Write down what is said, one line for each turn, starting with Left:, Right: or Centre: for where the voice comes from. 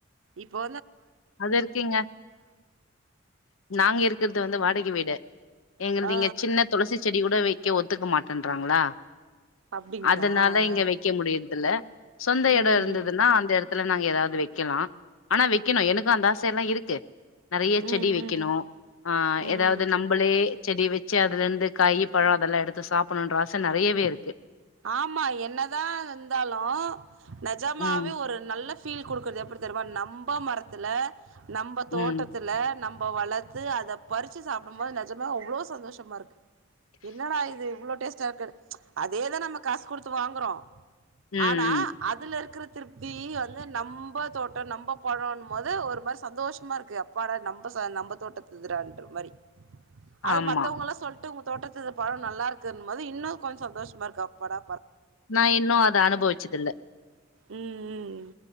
Right: இப்போ
Left: அது இருக்கீங்க நாங்க இருக்கிறது வந்து வாடகை வீடு எங்கள்து
Right: ஆ ஆ
Left: இங்க சின்ன துளசி செடி கூட வெய் கே ஒத்துக்க மாட்டன்றாங்களா
Right: அப்டிங்களா
Left: அதனால
Right: ஆ
Left: இங்க
Right: ஆ
Left: வெய்க்க முடியனு தில்ல சொந்த
Right: ம்
Left: எட இருந்ததுன்னா அந்த எடத் துல நாங்க எதாவ்து வெக்கலா ஆனா வெக்கணு எனக் கு அந்த ஆசயெல்லா இருக்கு நெறைய செடி
Right: ம்
Left: வெக்கணோ
Right: ம்
Left: அ
Right: ம்
Left: எதாவ்து
Right: ம்
Left: நம்பளே செடி வெச்சு அதுல இருந்து காயி பழோ அதெல்லா எடுத்து சாப்பணுன்ற ஆச நெறையவே இருக்கு
Right: ஆமா என்னதா இருந்தாலு நெஜமாவே
Left: ம்
Right: ஒரு நல்ல ஃபீல் குடுக்குற்து எப்படி தெரியுமா நம்ப மரத்துல நம்ப தோட்டத்துல
Left: ம்
Right: நம் ப வளத்து அத பறிச்சு சாப்டும் போது நஜமா அவ்ளோ சந்தோஷமா இருக்கு என்னடா இது இவ்ளோ டேஸ்ட் <unintelligible> இதேதா நம்ம காஸ் குடுத்து வாங்குறோ
Left: ம்
Right: ஆனா
Left: ம்
Right: அதுல இருக்குற திருப்தி வந்து நம்ப தோட்டோ நம்ப பழோன்மோது ஒரு மாரி சந்தோஷமா இருக்கு அப்பாட நம்ப ச நம்ப தோட்டத்துதுறான்ற மாரி அது
Left: ஆமா
Right: மத்தவுங்கல்லா சொல்ட்டு உ தோட்டத்துது பழோ நல்லா இருக்குன்மோது இன்னு கொஞ்சோ சந்தோஷ மா இருக் அப்படா
Left: நா இன்னு அத அனுபவிச்சதில்ல
Right: ம் ம்